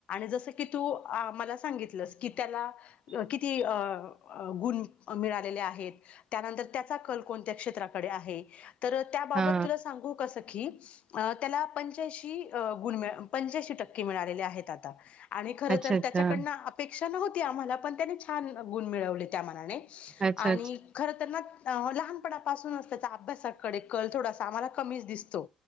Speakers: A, on the left (about 60°); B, on the right (about 30°).
A: जसकी तू मलां सांगित की त्याला किती अ गुणं मिळालेले आहेत. त्यांनंतर त्यांचा कल कोणत्या क्षेत्राकडे आहे? तरं त्याबांबतं
B: हा
A: तुलां सांगू सं त्याला पंच्याणशी गुण पंच्यांणशी टंक्के मिळालेले आहेत आता. आणि खर
B: अच्छा
A: तर
B: अच्छा
A: त्याच्याकडनं अपेक्षा नव्हती आम्हाला पण त्याने छान गुण मिळवले त्या मनात. आणि
B: अच्छा
A: खर लहानपणापून अस अभ्यासाकडे कल थोड आम्हा क. दिसतो